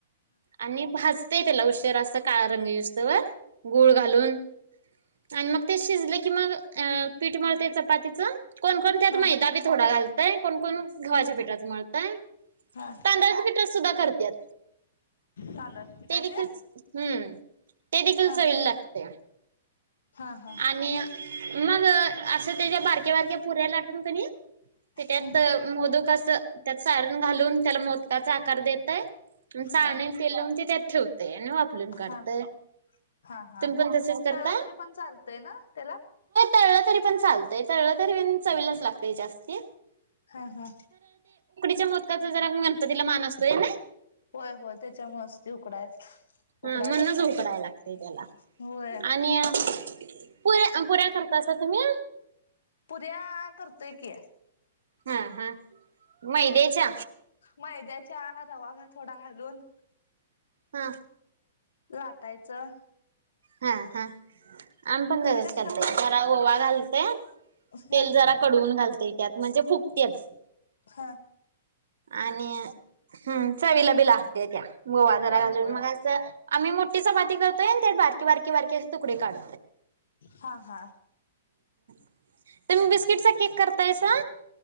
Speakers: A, on the right; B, on the left.
A: आणि भाज त्याला उशीरा <unintelligible> असत काळ रंग येउसतोवर गूळ घालून आणि मग ते शिजले की मग, पीठ मळते चपाती जा कोण कोण त्यात
B: हा
A: मैदा बी थोडा घाल नाय कोण कोण गवाच्या पिठात मळतय
B: हा
A: तांदळाच्या पिठात सुद्धा करत्यात,
B: तांदळाच्या पिठाचे
A: ते देखील हम्म ते देखील
B: हा
A: चवील लागतय
B: हा हा
A: आणि मग असं त्याच्या बारक्या बारक्या पुऱ्या लाट तून क <unintelligible> ते त्यात
B: हम्म
A: मोदक असं त्यात सारन घालून त्याला मोदकाचा आकार कर देताय चाळणीला
B: हा
A: तेल ते त्यात ठेवतय आणि वाफुन काढतय.
B: हा हा. हा हा
A: तुम्ही पण तसेच करता?
B: त्याला तरी पण चालतय ना त्याला
A: तळल तरी पण चालतय तळल तरी पण चवीलाच लागत. पे जास्तीय <unintelligible>
B: हा हा
A: च्या मोदकाचा जरा गणपतीला मान असतोय ना?
B: होय होय त्याच्यामुळेच ते उकडायच, उकडायलाच
A: हा म्हणूनच
B: लागत्यात
A: उकडायला लागतंय त्याला.
B: होय
A: आणि पुऱ्या पुऱ्या करता असा तुम्ही?
B: पुऱ्या करतोय कि
A: हा हा मैद्याच्या
B: मैद्याच्या रवा थोडा घालून
A: हा
B: लाटायचं
A: हा हा आम्ही पण
B: तुम्ही
A: तसच
B: कस
A: करतय,
B: करताय
A: जरा ओवा घालतय,
B: ह
A: तेल जरा कडवून घालतय. त्यात म्हणजे फुकतेच
B: हा
A: आणि हम चवीला बी लागते त्या, ओवा जरा
B: होय
A: घालून
B: होय
A: मग असं आम्ही मोठी चपाती करतोय त्या बारकी बारकी बारकी तुकडे काढ
B: हा हा
A: तर मी बिस्किटचा केक करतायसा